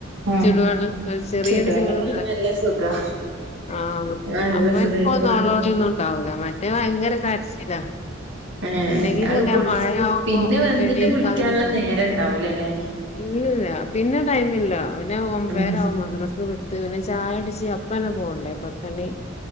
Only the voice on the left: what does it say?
ചുട് വെള്ളം ചെറിയൊരു
ചൂട്ണ്ടയാ
ആഹ്
അപ്പൊ
നോളോളി ഒന്നും ണ്ടാവൂല മറ്റേ ഭയങ്കര കരചിലാ
എല്ലെങ്കിൽന്നെ
ഞാൻ
മഴയാവുമ്പോ
എണീക്കാനന്നേ
ഇല്ലില്ല പിന്നെ ടൈമ് ഇല്ല പിന്നെ ഒമ്പേരാവും
മദ്രസ വിട്ട് പിന്നെ ചായടിച്ച് അപ്പ് പ്പന്നെ പോണ്ടേ പത്തണി